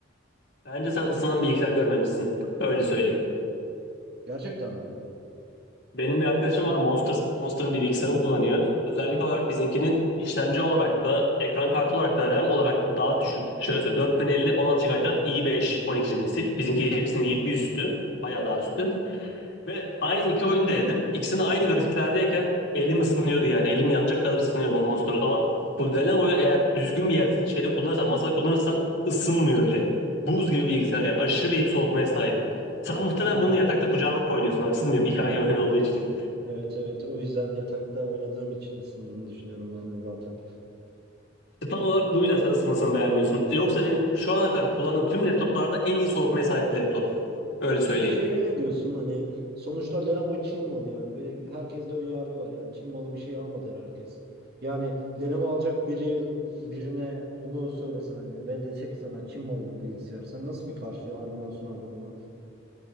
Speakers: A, on the left; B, on the right.
A: Bence sen ısınan bilgisayar görmemişsin. Öyle söyleyeyim.
B: Gerçekten mi?
A: Benim bir arkadaşım var Monster, Monster'ın bir bilgisayarını kullanıyor. Özellik olarak bizimkinin işlemci olarak da ekran kartı olarak da RAM olarak da daha düşük. Şöyle söyleyeyim 4050 16 GB'den i5 12. nesil. Bizimki hepsinin bir üstü. Bayağı daha üstü. Ve aynı iki oyunu da denedim. İkisini aynı grafiklerdeyken elim ısınıyordu yani. Elim yanacak kadar ısınıyor o monster. Ama bu Lenovo'yu eğer düzgün bir yer, şeyde kullanırsan, masada kullanırsan ısınmıyor bile. Buz gibi bir bilgisayar yani. Aşırı iyi bir soğutmaya sahip. Sen muhtemelen
B: Ha,
A: bunu yatakta kucağına alıp oynuyorsun. Haksız mıyım? İki ay oyun olduğu için.
B: evet evet o yüzden yatakta oynadığım için ısındığını düşünüyorum ben de zaten.
A: İşte tam olarak bu yüzden sen ısınmasını beğenmiyorsun. Yoksa benim şu ana kadar kullandığım tüm laptoplarda en iyi soğutmaya sahip bir laptop. Öyle söyleyeyim.
B: Peki şeye ne diyorsun? Hani sonuçta Lenovo Çin malı yani ve herkeste ön yargı var yani Çin malı bir şey almadı her herkes. Yani Lenovo alacak biri birine bunu söylesen hani ve desek ki sana Çin malı bu bilgisayar. Sen nasıl bir karşı argüman sunardın buna?